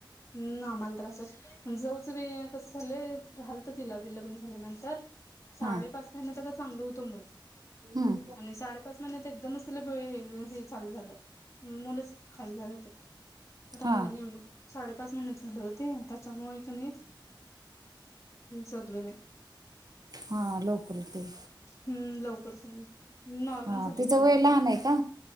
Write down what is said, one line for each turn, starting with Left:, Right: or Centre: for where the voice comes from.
Left: हम् आम्हाला त्रास हाय. जाऊच बी कस झालं राहालत तिला लग्न झाल्यानंतर. साडेपाच
Right: हा
Left: महिन्यात चांगलं होतं मुल
Right: हम्म
Left: आणि साडेपाच महिन्यात एकदमच ति हे चालू झालं मुलंच खाली झालं ते. राहिलं
Right: हा
Left: नाही मग साडेपाच महिनचं झालं हो ते त्याच्यामुळे कणी जगल नाही.
Right: हा लवकर ते.
Left: हम्म लवकरच झालं नॉर्मल
Right: हा
Left: झाल्या
Right: तिचं
Left: सोडा
Right: वय
Left: तिची.
Right: लहान आहे का